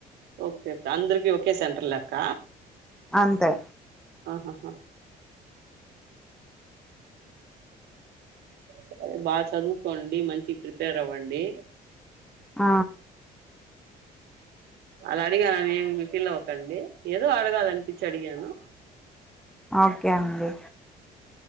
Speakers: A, on the right; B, in the centre.
A: ఓకే అందరికి ఓకే సెంటర్లక్క
B: అంతే
A: ఆహాహా సరే బాగా చదువుకోండి మంచి ప్రిపేర్ అవ్వండి
B: ఆ
A: అళ్లా అడిగానుని ఏమి మీ ఫీల్ అవ్వకండి ఏదో అడగాల అనిపించి అడిగాను
B: ఓకే అండి